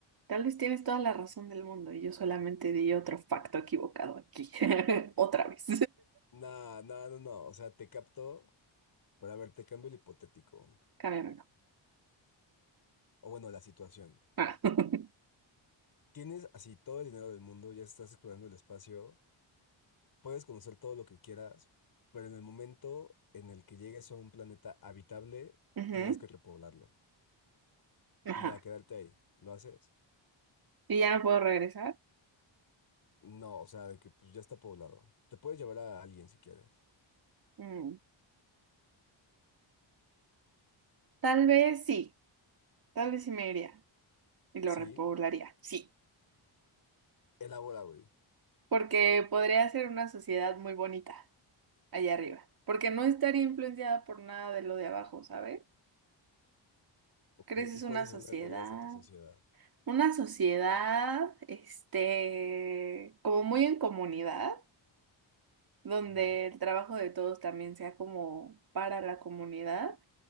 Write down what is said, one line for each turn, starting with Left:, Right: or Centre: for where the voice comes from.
Right: Tal vez tienes toda la razón del mundo y yo solamente di otro facto equivocado aquí. <laughs> Otra vez.
Left: No, no, no, no. O sea, te capto, pero a ver, te cambio el hipotético.
Right: <laughs> Cámbiamelo.
Left: O bueno, la situación.
Right: Ah. <laughs>
Left: Tienes así todo el dinero del mundo, ya estás explorando el espacio, puedes conocer todo lo que quieras, pero en el momento en el que llegues a un planeta habitable,
Right: Ujú,
Left: tienes que repoblarlo
Right: Ajá.
Left: y ya quedarte ahí. ¿Lo haces?
Right: ¿Y ya no puedo regresar?
Left: No, o sea, de que pues ya está poblado. Te puedes llevar a alguien si quieres.
Right: Mm, Tal vez sí. Tal vez sí me iría. Y lo
Left: Sí,
Right: repoblaría, sí.
Left: elabora, güey.
Right: Porque podría ser una sociedad muy bonita allá arriba. Porque no estaría influenciada por nada de lo de abajo, ¿sabes?
Left: Ok,
Right: Creces
Left: ¿y cuáles
Right: una sociedad,
Left: son las reglas de tu sociedad?
Right: una sociedad, este, como muy en comunidad, donde
Left: Ajá.
Right: el trabajo de todos también sea como para la comunidad,